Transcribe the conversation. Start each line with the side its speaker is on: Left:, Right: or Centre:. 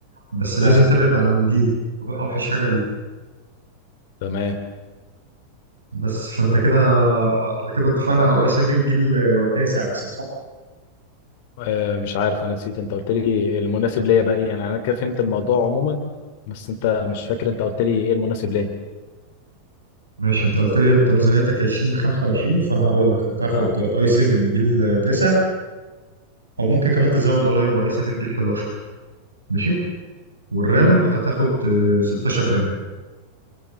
Right: بس لازم
Left: اي
Right: تبعد عن اليو أوحش حاجة اليو
Left: تمام
Right: بس فأنت كده إحنا كده اتفقنا على أي سيفنج جيل تاسع مثلا صح؟
Left: آه مش عارف انا نسيت انت قلت لي المناسب ليا بقى ايه يعني انا كده فهمت الموضوع عموما بس انت مش فاكر انت قلت لي ايه المناسب ليا
Right: ماشي أنت قلت لي أنت ميزانيتك 20 ل 25 فأنا هقول لك هتاخد
Left: اه
Right: أي 7 جيل تاسع أو ممكن كمان تزود والله يبقى أي 7 جيل 11 ماشي والرام
Left: امم
Right: هتاخد آه، 16 رام